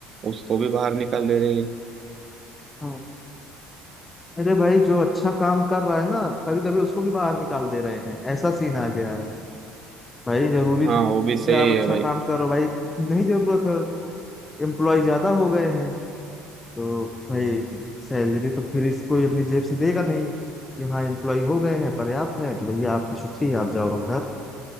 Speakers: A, on the right; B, on the left.
A: उसको भी बाहर निकाल दे रहे
B: हाँ अरे भाई जो अच्छा काम कर रहा है ना कभी कभी उसको भी बाहर निकाल दे रहे हैं ऐसा सीन आ गया है भाई जरूरी
A: हाँ
B: तो
A: वो भी सही
B: है कि आप अच्छा
A: है भाई
B: काम करो भाई नहीं जरूरत है तो एम्प्लॉय ज्यादा हो गए हैं तो भाई सैलरी तो फिर इसको अपनी जेब से देगा नहीं कि हाँ एम्प्लॉय हो गए हैं पर्याप्त है तो भैया आपकी छुट्टी आप जाओ घर